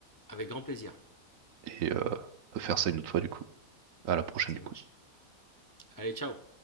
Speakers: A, on the left; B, on the right.
A: avec grand plaisir,
B: Et euh, on peut faire ça une autre fois du coup. À la prochaine
A: ça
B: du
A: marche.
B: coup.
A: Allez, ciao.